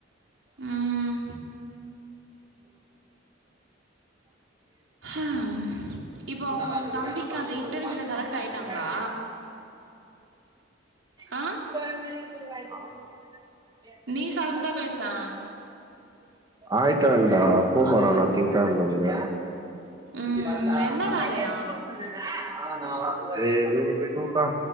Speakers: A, on the right; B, on the right.
A: ம் ஹா இப்போ
B: த மே
A: அவங்க
B: ப மாி
A: உங்க தம்பிக்கு அது இன்டர்வியூல
B: போ
A: செலக்ட் ஆயிட்டாங்களா
B: ச எ <inaudible> ஆ
A: ஆ நீ சவுண்டா பேசே
B: ஆயிட்டான்டா எப்போ போறானா நா திங்கெழமைல இருந்து
A: ம்
B: பல அ <unintelligible>
A: என்ன வேலையா
B: ஏய் இது ஒரு இது டா